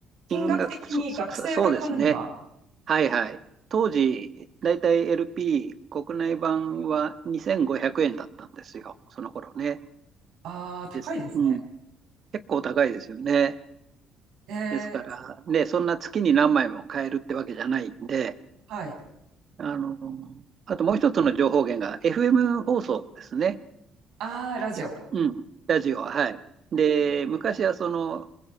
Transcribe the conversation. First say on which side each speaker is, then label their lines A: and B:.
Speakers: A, on the right; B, on the right.
A: 金額的に学生が買うには、
B: 金額、そ、そ、そそうですね。はいはい。当時、だいたい LP、国内版は2500円だったんですよ。その頃ね。
A: ああ、高いですね。
B: です。うん。結構高いですよね。
A: えー、
B: ですから、ね、そんな月に何枚も買えるってわけじゃないんで、
A: はい。
B: あの、あともう一つの情報源が FM 放送ですね。
A: ああ、ラジオ。
B: えうん、ラジオは、はい。で、昔はその